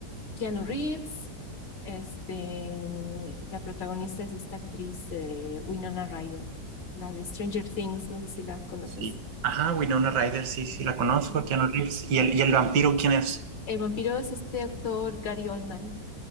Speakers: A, on the left; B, on the right.
A: Keanu Reeves. Este, la protagonista es esta actriz eh, Winona Ryder, la de Stranger Things, no sé si la conoces.
B: sí. Ajá, Winona Ryder, sí, sí, la conozco,
A: Sí.
B: Keanu Reeves. ¿Y el, y el vampiro quién es?
A: El vampiro es este actor Gary Oldman.